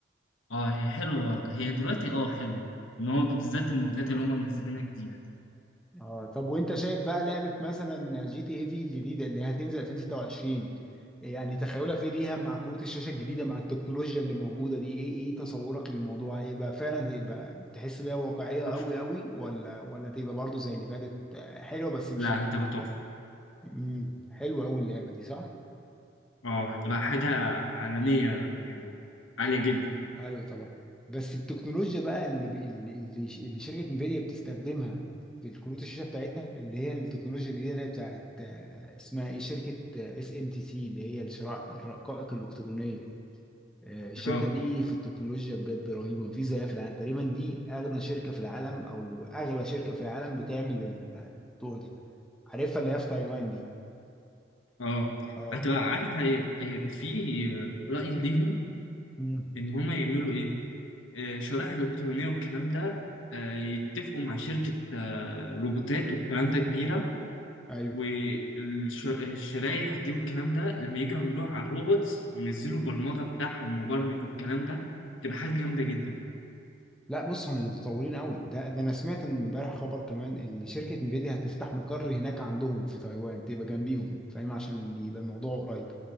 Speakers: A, on the left (about 85°); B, in the centre.
A: اه هي حلوه هي دلوقتي اه حلوه ان هو
B: ايه
A: بالذات المودات اللي هم منزلينها جديده دي
B: اه طب وانت شايف بقى لعبة مثلا جي تي اي في الجديدة اللي هتنزل 2026 يعني تخيلك ايه ليها مع كروت الشاشة الجديدة مع التكنولوجيا اللي موجودة دي ايه ايه تصورك للموضوع هيبقى فعلا هيبقى تحس ان هي واقعية قوي
A: تحفه
B: قوي ولا ولا تبقى برضو زي اللي فاتت آه، حلوة بس مش
A: لا هتبقى تحفه
B: مم. حلوة قوي اللعبة دي صح؟
A: اه هتبقى حاجة عالمية يعني عالية جدا
B: ايوه طبعا بس التكنولوجيا بقى اللي بي- اللي اللي ش- اللي شركه انفيديا بتستخدمها في الكروت الشاشه بتاعتها اللي هي التكنولوجيا الجديده اللي هي بتاعت آه، اسمها ايه شركه اس ام تي سي اللي هي الشراء الرقائق الالكترونيه آه، الشركه
A: اه
B: دي في التكنولوجيا بجد رهيبه مفيش زيها في العالم تقريبا دي اغنى شركه في العالم او اغلى شركه في العالم بتعمل ال- الموضوع ده عارفها اللي هي في تايوان دي
A: اه
B: اه
A: هتبقى عارف هي... هي... في رأي ليهم
B: امم
A: إن هما يعملوا إيه آه، شرائح إلكترونية والكلام ده آه، يتفقوا مع شركة آه، روبوتات والكلام ده كبيرة
B: ايوه
A: والشرايح دي والكلام ده لما يجوا يعملوها على الروبوتس وينزلوا البرمجة بتاعها ومبرمج والكلام ده تبقى حاجة جامدة جدا
B: لا بص هم متطورين قوي ده ده انا سمعت إن امبارح خبر كمان ان شركه انفيديا هتفتح مقر هناك عندهم في تايوان تبقى جنبيهم فاهم عشان يبقى الموضوع قريب